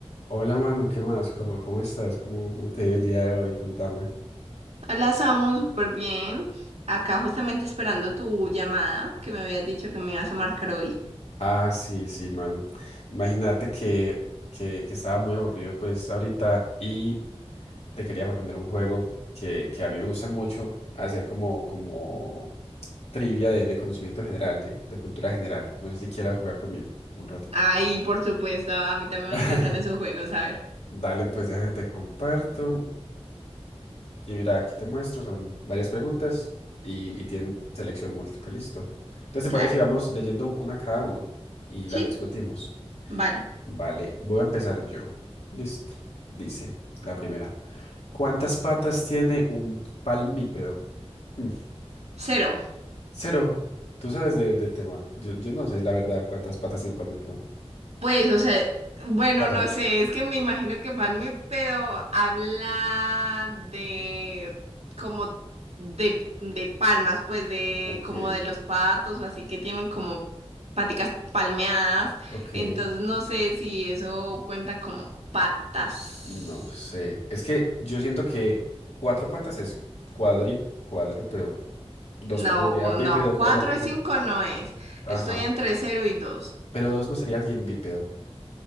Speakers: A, on the left; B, on the right.
A: Hola Manu, ¿qué más? ¿Cómo, cómo estás? ¿Cómo, cómo te ha ido el día de hoy? Contame.
B: Las amo súper bien. Acá justamente esperando tu llamada, que me habías dicho que me ibas a marcar hoy.
A: Ah, sí, sí, Manu. Imagínate que, que, que estaba muy aburrido pues ahorita y te quería proponer un juego que, que a mí me gustan mucho, hacer como, como trivia de, de conocimiento general, de, de cultura general. No sé si quieras jugar conmigo un ratito.
B: Ay, por supuesto, a mí también
A: <laughs>
B: me encantan esos juegos, a ver.
A: Dale, pues déjame te comparto. Y mira, aquí te muestro, son varias preguntas y, y tienen selección múltiple, listo. Entonces, ¿te
B: Claro.
A: parece si vamos leyendo una cada uno y
B: Sí,
A: las discutimos?
B: vale.
A: Vale, voy a empezar yo. Listo. Dice la primera. ¿Cuántas patas tiene un palmípedo? Hmm,
B: Cero.
A: Cero. Tú sabes de- del tema. Yo, yo no sé, la verdad, cuántas patas tiene un palmípedo.
B: Pues, o sea, bueno,
A: Claro.
B: no sé, es que me imagino que Palme pero habla de como de, de palmas, pues de
A: Ok,
B: como de los patos o así que tienen como paticas palmeadas,
A: ok.
B: entonces no sé si eso cuenta como patas.
A: No sé. Es que yo siento que cuatro patas es cuadri, cuadrúpedo. Dos
B: No,
A: patas sería bípedo,
B: no, cuatro
A: o no tiene
B: o cinco
A: que.
B: no es.
A: Ajá.
B: Estoy entre cero y dos.
A: Pero dos no sería alguien bípedo.